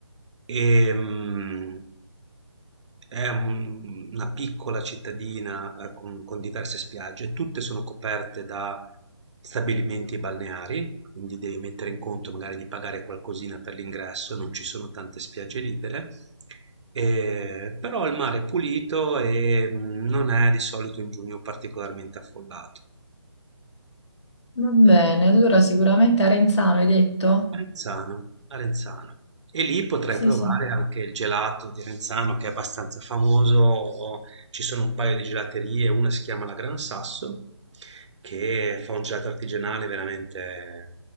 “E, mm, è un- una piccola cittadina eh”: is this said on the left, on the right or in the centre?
Right